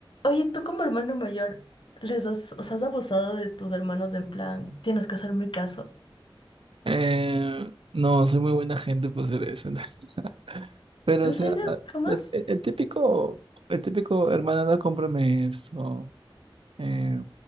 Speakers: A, on the left (about 65°); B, on the right (about 70°).
A: Oye, tú como hermano mayor, ¿les has, os has abusado de tus hermanos en plan, tienes que hacerme caso?
B: Eh, no, soy muy buena gente para hacer eso. ¿no? <laughs> Pero,
A: ¿En
B: o sea,
A: serio? ¿Jamás?
B: el, el- el típico, el típico, hermana, no cómprame esto. Eh,